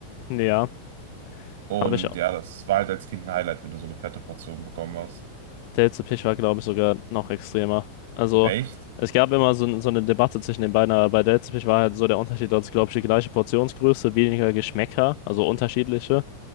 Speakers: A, on the left; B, on the right.
A: ja,
B: Und
A: habe ich,
B: ja, das war halt als Kind ein Highlight, wenn du so eine fette Portion bekommen hast.
A: Der letzte Pitch war, glaube ich, sogar noch extremer. Also,
B: Echt?
A: es gab immer so, so eine Debatte zwischen den beiden, aber bei der letzte Pitch war halt so der Unterschied, dass, glaube ich, die gleiche Portionsgröße, weniger Geschmäcker, also unterschiedliche,